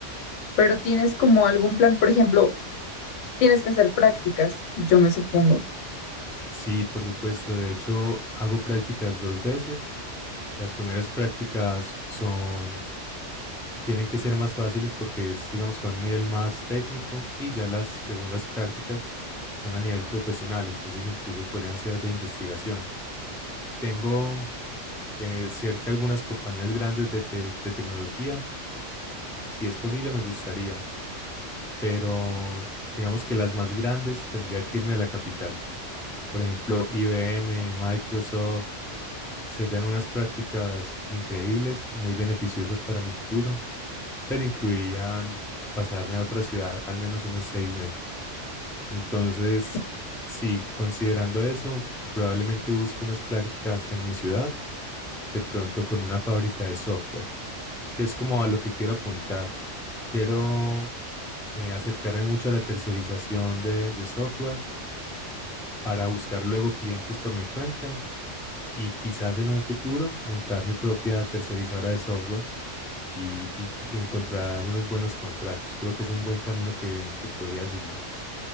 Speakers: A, on the left; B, in the centre.
A: pero tienes como algún plan, por ejemplo, Tienes que hacer prácticas, yo me supongo.
B: Sí, por supuesto, de hecho hago prácticas dos veces. Las primeras prácticas son tienen que ser más fáciles porque es, digamos, con un nivel más técnico y ya las segundas prácticas son a nivel profesional, entonces incluso podrían ser de investigación. Tengo eh, cerca algunas compañías grandes de, te- de tecnología, si es posible me gustaría, pero digamos que las más grandes tendría que irme a la capital. Por ejemplo, IBM, Microsoft, serían unas prácticas increíbles, muy beneficiosas para mi futuro pero incluirían pasarme a otra ciudad al menos unos seis meses. Entonces,
A: Sí.
B: sí, considerando eso, probablemente busque unas prácticas en mi ciudad, de pronto con una fábrica de software, que es como a lo que quiero apuntar. Quiero eh, acercarme mucho a la tercerización de, de software para buscar luego clientes por mi cuenta y quizás en un futuro montar mi propia tercerizadora de software y, y- y encontrar unos buenos contratos. Creo que es un buen camino que, que podría seguir.